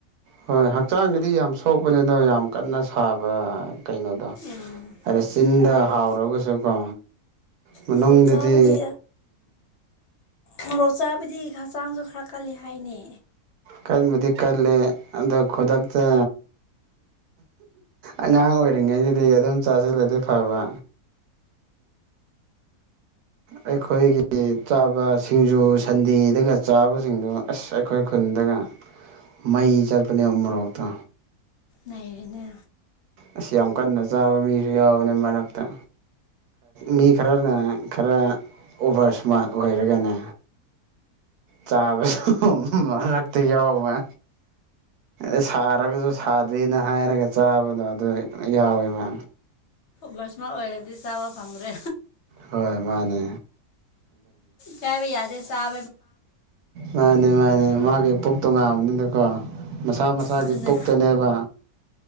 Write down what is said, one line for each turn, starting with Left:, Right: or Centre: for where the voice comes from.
Right: ꯍꯣꯏ ꯍꯛꯆꯥꯡꯒꯤꯗꯤ ꯌꯥꯝ ꯁꯣꯛꯄꯅꯤ ꯑꯗꯣ ꯌꯥꯝ ꯀꯟꯅ ꯁꯥꯕ ꯀꯩꯅꯣꯗꯣ
Left: ꯎꯝ
Right: ꯍꯥꯏꯗ ꯆꯤꯟꯗ
Left: ꯃꯣꯔꯣꯛ
Right: ꯍꯥꯎꯔꯒꯁꯨꯀꯣ ꯃꯅꯨꯡꯗꯗꯤ
Left: ꯃꯣꯔꯣꯛ ꯆꯥꯕꯗꯤ ꯃꯣꯔꯣꯛ ꯆꯥꯕꯗꯤ ꯍꯛꯆꯥꯡꯁꯨ ꯈꯔ ꯀꯜꯜꯂꯤ ꯍꯥꯏꯅ
Right: ꯀꯟꯕꯨꯗꯤ ꯀꯂ ꯑꯗꯣ ꯈꯨꯗꯛꯇ ꯑꯉꯥꯡ ꯑꯣꯏꯔꯤꯉꯩꯗꯗꯤ ꯑꯗꯨꯝ ꯆꯥꯁꯤꯜꯂꯗꯤ ꯐꯕ ꯑꯩꯈꯣꯏꯒꯤ ꯆꯥꯕ ꯁꯤꯡꯖꯨ ꯁꯟꯗꯤꯤꯗꯒ ꯆꯥꯕꯁꯤꯡꯗꯣ ꯑꯁ ꯑꯩꯈꯣꯏ ꯈꯨꯟ ꯑꯗꯨꯒ ꯃꯩ ꯆꯠꯄꯅꯦ ꯃꯣꯔꯣꯛꯇ
Left: ꯅꯥꯏꯅꯦ
Right: ꯑꯁꯤ ꯌꯥꯝ ꯀꯟꯅ ꯆꯥꯕ ꯃꯤꯁꯨ ꯌꯥꯎꯕꯅꯤ ꯃꯔꯛꯇ ꯃꯤ ꯈꯔꯅ ꯈꯔ ꯑꯣꯚꯔ ꯏꯁꯃꯥꯔꯠ ꯑꯣꯏꯔꯒꯅꯦ ꯆꯥꯕ ꯂꯛꯇ ꯌꯥꯎꯕ ꯑ ꯁꯥꯔꯒꯁꯨ ꯁꯥꯗꯦꯅ ꯍꯥꯏꯔꯒ ꯆꯥꯕꯗꯣ ꯑꯗꯨ ꯌꯥꯎꯋꯦꯕ
Left: ꯕꯁꯃ ꯑꯣꯏꯔꯗꯤ ꯆꯥꯕ ꯐꯪꯗ꯭ꯔꯦ
Right: ꯍꯣꯏ ꯃꯥꯅꯦ
Left: ꯀꯌꯥꯕꯩ ꯌꯥꯗꯦ ꯁꯥꯕ
Right: ꯃꯥꯅꯤ ꯃꯥꯅꯤ ꯃꯥꯒꯤ ꯄꯨꯣꯛ ꯇꯣ ꯉꯥꯕꯅꯤꯅꯀꯣ ꯃꯁꯥ ꯃꯁꯥꯒꯤ
Left: ꯑꯗꯨꯅꯦ
Right: ꯄꯨꯣꯛꯛꯇꯅꯦꯕ